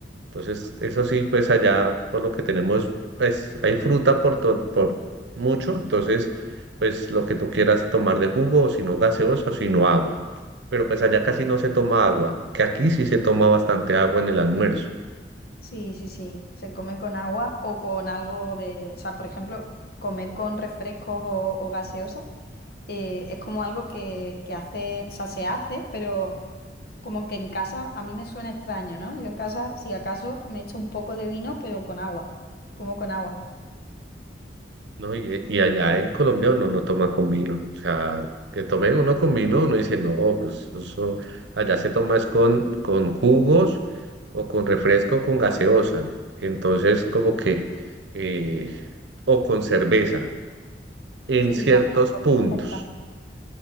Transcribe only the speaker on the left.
Sí, sí, sí. Se come con agua o con algo de... O sea, por ejemplo, comer con refrescos o, o gaseosas eh, es como algo que, que hace, o sea, se hace, pero Como que en casa a mí me suena extraño, ¿no? Yo en casa, si acaso, me echo un poco de vino, pero con agua. Como con agua.
Sí,
la zona por
supuesto, aquí también.